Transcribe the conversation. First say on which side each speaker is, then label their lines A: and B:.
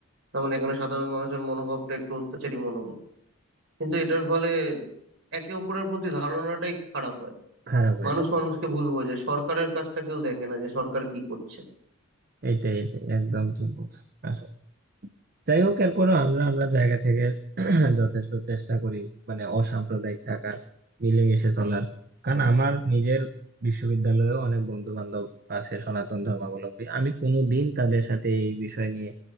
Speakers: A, on the right; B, on the right.
A: তার মানে এখানে সাধারণ মানুষের মনোভাবটা একটু অত্যাচারী মনোভাব কিন্তু এটার ফলে একে অপরের প্রতি ধারণাটাই খারাপ হয়
B: খারাপ হয়ে
A: মানুষ
B: যাচ্ছে
A: মানুষকে ভুল বোঝে সরকারের কাজটা কেউ দেখে না যে সরকার কি করছে
B: এইটাই এটাই একদম ঠিক বলছো আসলে যাই হোক এরপরও আমরা আমরা জায়গা থেকে <clears throat> যথেষ্ট চেষ্টা করি মানে অসাম্প্রদায়িক থাকার মিলেমিশে চলার কারণ আমার নিজের বিশ্ববিদ্যালয়েও অনেক বন্ধু বান্ধব আছে সনাতন ধর্মাবলম্বী আমি কোনোদিন তাদের সাথে এই বিষয় নিয়ে